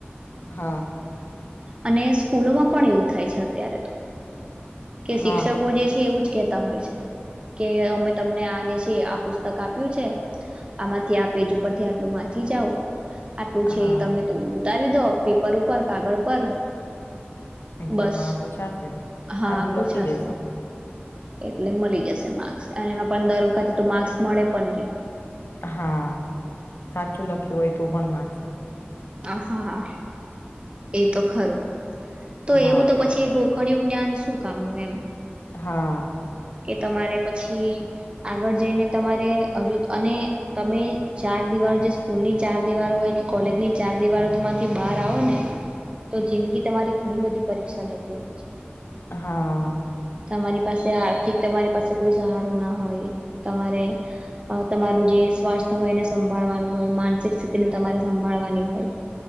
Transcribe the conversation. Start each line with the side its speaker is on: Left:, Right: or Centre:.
Left: હા
Right: અને સ્કૂલોમાં પણ એવું થાય છે અત્યારે તો કે શિક્ષકો
Left: હા હા
Right: જે છે એવું જ કેતા હોય છે કે અમે તમને આ જે પુસ્તક આપ્યું છે આમાંથી આ પેજ ઉપરથી આટલું વાંચી જાવ આટલુ છે
Left: હા
Right: તમે તો ઉતારી દો પેપર ઉપર કાગળ પર
Left: એક્ઝામમાં
Right: બસ
Left: પૂછાશે
Right: હા
Left: આટલું
Right: પૂછાશે
Left: લખી દેસો
Right: એટલે મળી જશે માર્ક્સ અને એમાં પણ દર વખતે તો માર્ક્સ મળે પણ નહી
Left: હા સાચું લખ્યું હોય તો પણ મા
Right: હા હા એ તો ખરું તો
Left: હા
Right: એવું તો પછી ગો ગોખણયુ જ્ઞાન શું કામનું એમ
Left: હા
Right: કે તમારે પછી આગળ જઈને તમારે હજુ અને તમે ચાર દિવારો જે સ્કૂલની ચાર દિવારો હોય કે કોલેજની ચાર દિવારોમાંથી બહાર આવો ને તો જિંદગી તમારી ઘણી બધી પરીક્ષા લેતી હોય છે.
Left: હા
Right: તમારી પાસે આ આ તમારી પાસે કોઈ સહારો ના હોય, તમારે તમારું જે સ્વાસ્થ્ય હોય એને સંભાળવાનું હોય, માનસિક સ્થિતિને તમારે સંભાળવાની હોય.